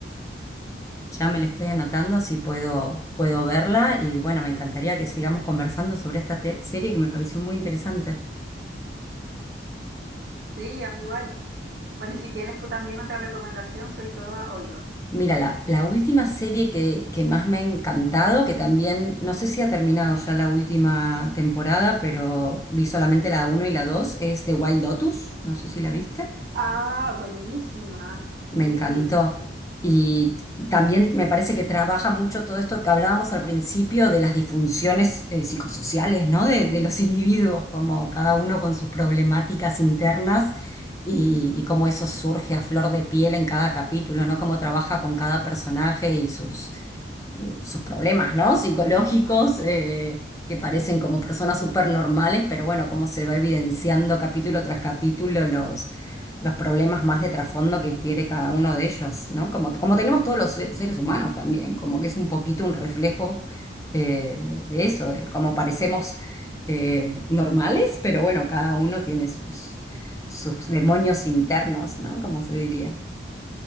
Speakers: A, on the left; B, on the right.
A: Ya me la estoy anotando, así puedo, puedo verla y bueno, me encantaría que sigamos conversando sobre esta te- serie que me pareció muy interesante.
B: Sí, a mí igual. Bueno, y si tienes tú también otra recomendación, soy toda oídos.
A: Mira, la, la última serie que, que más me ha encantado, que también, no sé si ha terminado ya la última temporada, pero vi solamente la uno y la 2 es The Wild Lotus, no sé si la viste.
B: Ah, buenísima.
A: Me
B: Sí,
A: encantó. Y también me parece que trabaja mucho todo esto que hablábamos al principio de las disfunciones eh, psicosociales, ¿no? De, de los <laughs> individuos, como cada uno con sus problemáticas internas y, y cómo eso surge a flor de piel en cada capítulo, ¿no? Cómo trabaja con cada personaje y sus sus problemas, ¿no? Psicológicos, eh, que parecen como personas súper normales, pero bueno, cómo se va evidenciando capítulo tras capítulo los, los problemas más de trasfondo que tiene cada uno de ellos, ¿no? Como, como tenemos todos los se- seres humanos también, como que es un poquito un reflejo eh, de eso, de cómo parecemos eh, normales, pero bueno, cada uno tiene sus, sus demonios internos, ¿no? Como se diría.